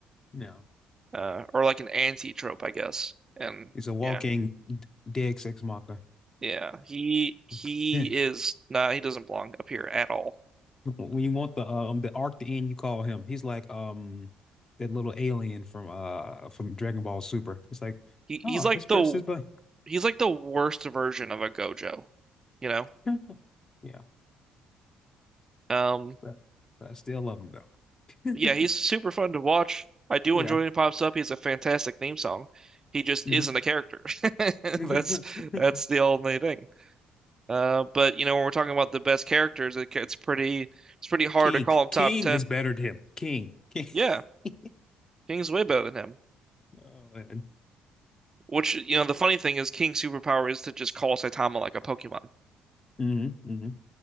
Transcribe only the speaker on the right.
uh, or like an anti-trope, I guess. And
yeah,
yeah, he he
is not. He doesn't belong up here at all.
He he's
like
the
he's like the worst version of a Gojo, you know.
Um,
yeah, he's
super fun to watch. I do
enjoy when he pops up. He has a fantastic theme song. He just
isn't a character. <laughs>
That's that's the only thing. Uh, but you know, when we're talking about the best characters, it, it's pretty it's pretty hard
to call him top
ten.
Yeah,
King's way better than him.
Which you know, the funny thing is, King's superpower is to just call Saitama like a Pokemon,